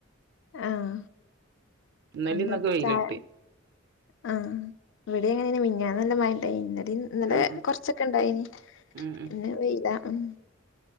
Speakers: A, on the left (about 65°); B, on the right (about 55°).
A: ആഹാ
B: ഇന്നലേം
A: എന്താ
B: ഇന്നൊക്കെ വെയില്
A: ചായ
B: കിട്ടി
A: ആഹ് ഇവിടെ എങ്ങനെ മിനിഞ്ഞാന്ന് നല്ല മയ ഇണ്ടായി ഇന്നലെ - ഇന്നലെ
B: ആ ആ
A: കൊറച്ചൊക്കെ ഇണ്ടായിനി
B: ഉം ഉം
A: ഇന്ന് വെയിലാ ആഹ്